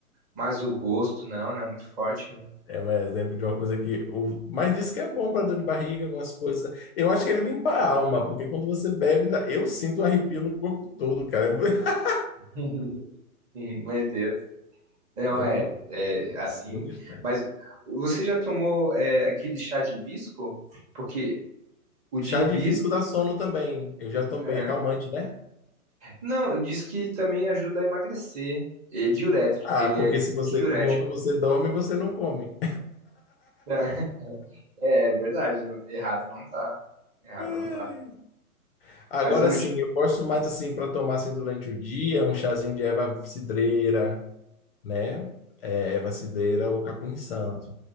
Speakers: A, on the right; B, on the left.
A: mas o gosto, não, não é muito forte, né?
B: É um exemplo de uma coisa que. o- Mas diz que é bom para dor de barriga, algumas coisas. Eu acho que ele limpa a alma, porque quando você bebe, dá- eu sinto um arrepio no corpo todo, cara. É mu- <laughs>
A: <laughs> Meu Deus. Não,
B: É
A: é,
B: muito,
A: é assim.
B: muito estranho.
A: Mas você já tomou é, aquele chá de hibisco? Porque o de
B: Chá
A: hibisco.
B: de hibisco dá sono também. Eu já tomei,
A: é,
B: é calmante, né?
A: Não, diz que ele também ajuda a emagrecer. É diurético,
B: Ah,
A: ele
B: porque
A: é
B: se você,
A: diurético.
B: enquanto você dorme, você não come.
A: <laughs> É verdade, errado não tá. Errado
B: <laughs>
A: não tá.
B: Agora
A: Mas hoje,
B: sim, eu gosto mais assim para tomar assim durante o dia, um chazinho de erva cidreira, né? É, é vacideira ou capim-santo.